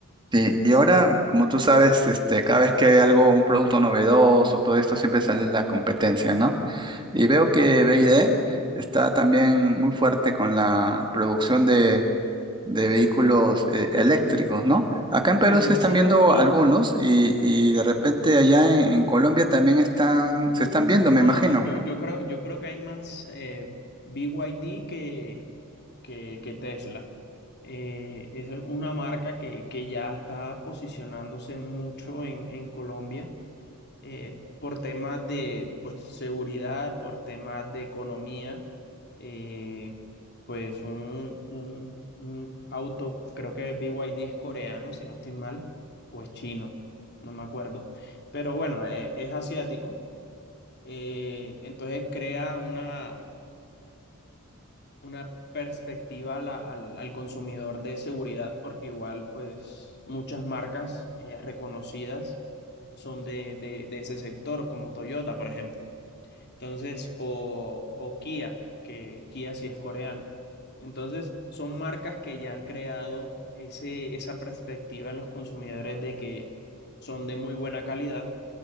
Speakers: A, on the right; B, on the left.
A: Sí, y ahora, como tú sabes, este, cada vez que hay algo, un producto novedoso, todo esto, siempre sale la competencia, ¿no? Y veo que
B: Total.
A: B y D está también muy fuerte con la producción de, de vehículos eh, eléctricos, ¿no? Acá en Perú
B: Y no
A: se están
B: solo,
A: viendo
B: y,
A: algunos y, y de repente allá en, en Colombia también están, se
B: uh,
A: están viendo,
B: no,
A: me imagino.
B: yo, yo creo, yo creo que hay más eh, BYD que, que, que Tesla. Eh, es una marca que, que ya está posicionándose mucho en, en Colombia eh, por temas de pues, seguridad, por temas de economía, eh, pues un, un- un auto, creo que BYD es coreano, si no estoy mal, o es chino, no me acuerdo. Pero bueno, eh, es asiático. eh, entonces crea una, una perspectiva a la- al, al consumidor de seguridad, porque igual pues muchas marcas eh, reconocidas son de, de- de ese sector, como Toyota, por ejemplo. Entonces, o, o Kia, que Kia sí es coreana. Entonces, son marcas que ya han creado ese, esa perspectiva en los consumidores de que son de muy buena calidad.